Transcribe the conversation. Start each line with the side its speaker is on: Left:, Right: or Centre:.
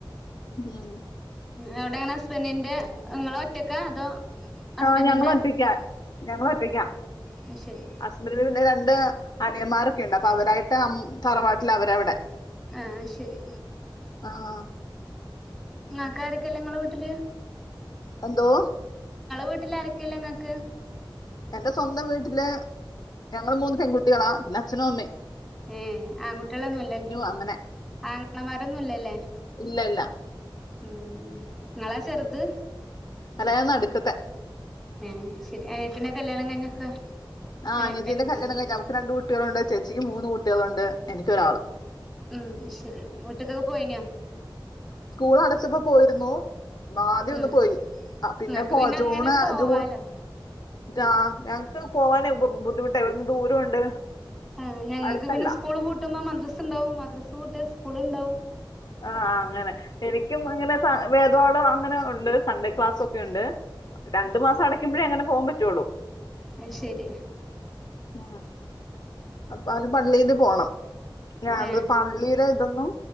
Left: ഉം
Centre: എവിടെങ്ങന ഹസ്ബൻറിന്റെ നിങ്ങള ഒറ്റക്കെ അതോ ഹസ്ബൻഡിന്റെ
Left: ആ് ഞങ്ങള ഒറ്റക്ക
Centre: ഉം
Left: ഞങ്ങ ഒറ്റക്കാം
Centre: അത് ശരി
Left: ഹസ്ബൻഡ് പിന്നെ ര അനിയന്മാരൊക്കെുണ്ട് അപ്പൊ അവരായിട്ട് തറവാട്ടിൽ അവരവിടെ
Centre: ആഹ ശരി
Left: ആഹ
Centre: നിങ്ങക്ക ആാരൊക്കല്ല നിങ്ങളെ വീട്ടിൽ
Left: എന്തോ
Centre: വീട്ടിൽ ആരൊക്ക നിങ്ങൾക്ക്
Left: എന്റെ സ്വന്തം വീട്ടില് ഞങ്ങളുടെ മൂന്ന് പെൺകുട്ടികളാ പിന്നെ അച്ഛനും അമ്മേ
Centre: ഏ ആൺകുട്ടികളൊന്നുംല്ലല്ലേ
Left: അങ്ങനെ
Centre: ആങ്ങണമാരൊന്നുംല്ലല്ലേ
Left: ഇല്ല ഇല്ല
Centre: ഉം നിങ്ങളാ ചെറുത്
Left: അല്ല ഞാൻ നടുക്കത്തെ
Centre: ഏ ശരി അനത്തിന്റെ കല്യാണം കഴിഞ്ഞൊക്കെ
Left: ആഹ്
Centre: കഴി
Left: അയത്തിന്റെ
Centre: കഴിഞ്ഞിക്കൂല്ലേ
Left: കല്ണം കഴി നമുക്ക് രണ്ട് കുട്ടികളുണ്ട് ചേച്ചിക്ക് മൂന്ന് കുട്ടികളുണ്ട് എനിക്കൊരാള്
Centre: ഉം ശരിവീട്ടിലൊക്കെ പോയിനാ
Left: സ്കൂൾ അടച്ചപ്പോ പോയിരുന്നു ആദ്യം
Centre: ഉം
Left: ഒന്ന് പോയി പിന്നെ
Centre: നിങ്ങക്ക്
Left: പോ ജൂൺ
Centre: അങ്ങനെ പോവാലോ
Left: ജൂൺ ആ് ഞങ്ങക്ക് പോവാന ബുദ്ധിമുട്ട ഇവിടെ ദൂരമുണ്ട്
Centre: ആ് ഞങ്ങക്ക്
Left: അടുത്തല്ല
Centre: പിന്നെ സ്ൂൾ പൂട്ടുമ്പോ മദ്രാസ്ണ്ടാവും മദ്രസ് ട്ട് സ്കൂള് ണ്ടാവും
Left: ആ ആ അങ്ങനെ എനിക്കും അങ്ങനെ സാ വേദപാഠം അങ്ങനെ ഉണ്ട് സൺഡേ ക്ലാസ്സ് ഒക്കെ ഉണ്ട് രണ്ടു മാസം അടക്കുമ്പഴേ അങ്ങനെ പോവൻ പറ്റുള്ളൂ
Centre: അഹ് ശരി
Left: ആഹ് അപ്പ അവന് പള്ളിയില് പോണം ഞാത്
Centre: ഏ
Left: പള്ളിയിലെ ഇതൊന്നും